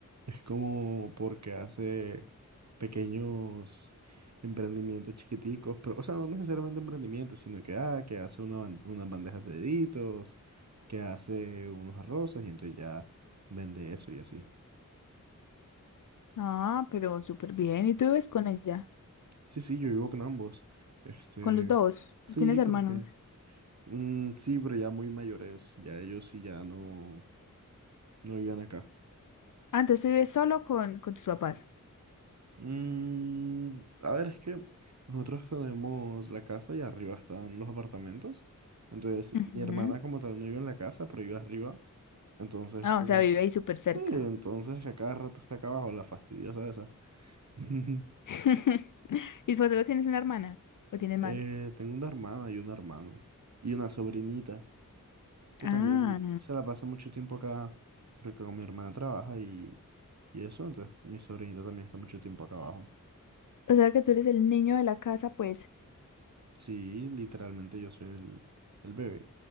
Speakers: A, on the right; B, on the left.
A: es como porque hace pequeños emprendimientos chiquiticos, pero, o sea, no necesariamente emprendimientos, sino que, ah, que hace una ban- unas bandejas de deditos, que hace unos arrozas y entonces ya vende eso y así.
B: Ah, pero súper bien. ¿Y tú vives con ella?
A: Sí, sí, yo vivo con ambos. Este,
B: ¿Con los dos?
A: sí,
B: ¿Tienes
A: porque,
B: hermanos?
A: mm, sí, pero ya muy mayores, ya ellos sí ya no, no viven acá.
B: Ah, entonces tú vives solo con, con tus papás.
A: Mm, a ver, es que nosotros tenemos la casa y arriba están los apartamentos. Entonces,
B: Ujú.
A: mi hermana como tal no vive en la casa, pero vive arriba. Entonces,
B: Ah,
A: como,
B: o sea, vive ahí súper cerca.
A: sí, entonces a cada rato está acá abajo, la fastidiosa esa. <laughs>
B: <laughs> ¿Y por eso tienes una hermana? ¿O tienes más?
A: Eh, tengo una hermana y un hermano y una sobrinita que
B: Ah,
A: también se la pasa mucho tiempo acá porque con mi hermana trabaja y, y eso, entonces mi sobrinita también está mucho tiempo acá abajo.
B: O sea que tú eres el niño de la casa, pues,
A: Sí, literalmente yo soy el, el bebé.